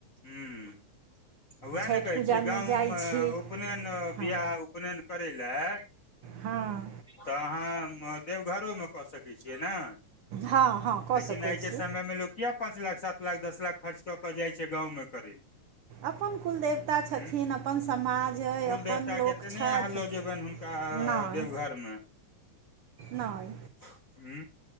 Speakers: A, on the left; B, on the right.
A: हुँ।। उएह
B: छठि
A: ने कहैत
B: पूजामे
A: छीय गांमवमे
B: जाइ छी
A: उपनयन
B: हँ
A: बियाह उपनयन करै लए।
B: हाँ।।
A: तऽ हम देवघरमे कऽसके छीय नहि
B: हँ हँ कऽ
A: लेकिन
B: सकै
A: आइ
B: छी
A: के समयमे लोक किया पाँच लाख सात लाख दस लाख खर्च कऽ कऽ जाइ छैय गाँवमे करि
B: अपन कुलदेवता छथिन
A: उ
B: अपन समाज अइ
A: कुल
B: अपन
A: देवता
B: लोक
A: के ते नहि
B: छथि
A: अहाँ लऽ जेबनिु हुन का
B: नहि
A: देवघरमे।
B: नहि।
A: फु उ